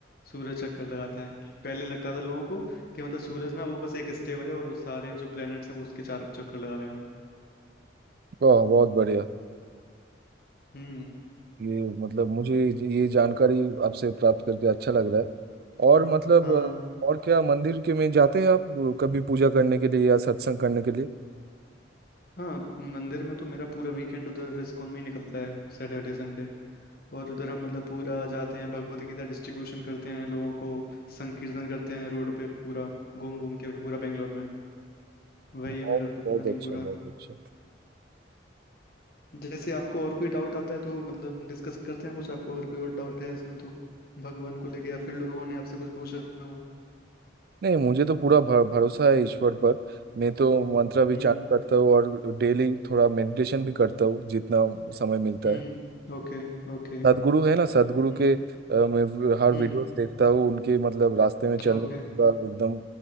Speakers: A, on the left; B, on the right.
A: सूरज चक्कर लगाता है पहले लगता था लोगों को कि मतलब सूरज ना वो बस एक स्टेबल है और उस सारे जो प्लैनेट्स हैं वो उसके चार चक्कर लगा रहे हैं
B: वाह बहुत बढ़िया
A: हम्म
B: ये मतलब मुझे ये जानकारी आपसे प्राप्त करके अच्छा लग रहा है और
A: हम्म,
B: मतलब
A: हाँ
B: अ, और क्या मंदिर के में जाते हैं आप कभी पूजा करने के लिए या सत्संग करने के लिए
A: हाँ मंदिर में तो मेरा पूरा वीकेंड उधर इस्कॉन में ही निकलता है सैटरडे संडे और उधर हम मतलब पूरा जाते हैं भगवत गीता डिस्ट्रीब्यूशन करते हैं लोगों को संकीर्तन करते हैं रोड पे पूरा घूम घूम के पूरा बेंगलोर में वही
B: बहुत
A: है मेरा तो
B: बहुत
A: प्लानिंग
B: अच्छा
A: पूरा
B: बहुत अच्छा
A: जैसे आपको और कोई डाउट आता है तो मतलब डिस्कस करते हैं कुछ आपको अगर कोई और डाउट है इसमें तो भगवान को लेके या फिर लोगों ने आपसे कुछ पूछा हो
B: नहीं मुझे तो पूरा भर, भरोसा है ईश्वर पर मैं तो मंत्र भी
A: Hmm
B: चांट करता हूँ और डेली थोड़ा मेडिटेशन भी करता हूँ जितना समय मिलता
A: hmm
B: है
A: okay okay
B: सदगुरु है ना सदगुरु
A: hmm
B: के अ, मैं वी- हर
A: hmm
B: वीडियोस देखता हूँ उनके मतलब रास्ते में चलने
A: okay
B: की पूरा एकदम